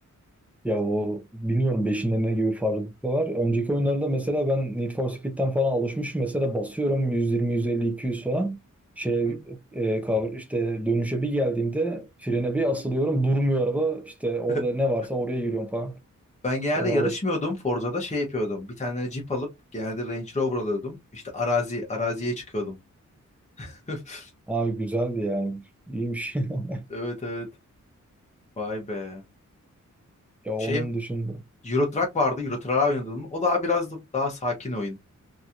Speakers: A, in the centre; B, on the left.
A: Ya o bilmiyorum beşinde ne gibi farklılıklar var. Önceki oyunlarda mesela ben Need for Speed'den falan alışmışım. Mesela basıyorum 120, 150, 200 falan. Şeye
B: Hı.
A: e, kav- işte dönüşe bir geldiğimde frene bir asılıyorum. Durmuyor araba. İşte orada
B: <laughs>
A: ne varsa oraya giriyorum falan.
B: Ben genelde
A: Ona
B: yarışmıyordum
A: alış.
B: Forza'da şey yapıyordum. Bir tane Jeep alıp genelde Range Rover alıyordum. İşte arazi araziye çıkıyordum. <laughs>
A: Ha güzeldi yani. İyiymiş. <laughs>
B: Evet evet. Vay be.
A: Ya onun
B: Şey
A: dışında.
B: Euro Truck vardı. Euro Truck'a oynadım O daha biraz da, daha sakin oyun.